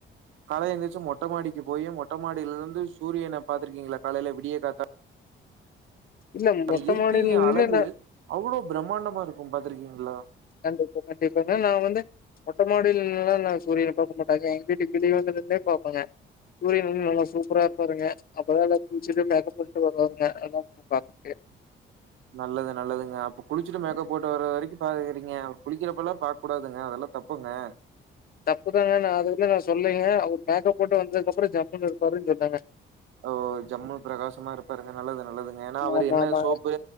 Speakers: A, on the right; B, on the left.
A: காலை எந்திருச்சு மொட்டமாடிக்கு போயி மொட்ட மாடில இருந்து சூரியன பாத்துருக்கீங்களா காலைல விடிய காத்தால
B: இல்ல
A: அது
B: மொட்ட
A: இருக்கைய
B: மாடியில நின்னு
A: அழகு
B: நா
A: அவ்ளோ பிரமாண்டமா இருக்கு பாத்துருக்கீங்களா
B: கண்டிப்பா கண்டிப்பாங்க நா வந்து மொட்ட மாடில நின்னுலா நாங்க சூரியன பாக்க மாட்டோங்க எங்க வீட்டுக்கு வெளிய வந்து நின்னே பாப்போங்க சூரியன் வந்து நல்லா சூப்பரா இருப்பாருங்க அப்பதா எல்லா குளிச்சிட்டு மேக்கப் பண்ணிட்டு வருவாங்க பாக்க
A: நல்லது நல்லதுங்க அப்ப குளிச்சுட்டு மேக்கப் போட்டு வர வரைக்கும் பாக்குறீங்க அவர் குளிக்கறப்பலாம் பாக்ககூடாதுங்க அதெல்லாம் தப் புங்க
B: தப்புதாங்க நா அதுக்குனு நா சொல்லங்க அவர் மேக்கப் போட்டு வந்ததுக்கப்புறோ ஜம்முனு இருப்பாருன்னு சொன்னங்க
A: ஓ ஜம்மு பிரகாசமா இருப்பாருங்க நல்லது நல்லதுங்க ஏன்னா அவரு
B: ஆமா
A: என்ன
B: ஆமா.
A: சோப்பு